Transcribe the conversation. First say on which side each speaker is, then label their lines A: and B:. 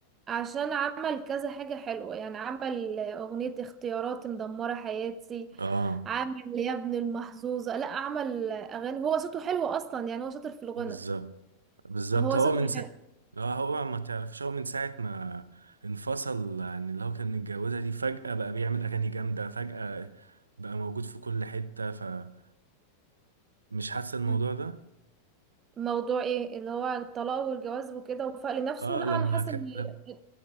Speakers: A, on the right; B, on the right.
A: عشان عمل كذا حاجة حلوة يعني عمل أغنية اختيارات مدمرة حياتي
B: اه
A: عمل يا ابن المحظوظة لا عمل أغاني هو صوته حلو أصلا يعني هو شاطر في الغنى
B: بالظبط بالظبط
A: هو
B: هو
A: صوته
B: من سا...
A: حلو
B: اه هو ما تعرفش هو من ساعة ما انفصل عن اللي هو كان متجوزها دي فجأة بقى بيعمل أغاني جامدة فجأة بقى موجود في كل حتة فمش حاسس الموضوع
A: مم.
B: ده
A: موضوع ايه اللي هو الطلاق والجواز وكده وفاق لنفسه
B: اه
A: لا
B: لما
A: أنا حاسة
B: ك...
A: إن
B: لم-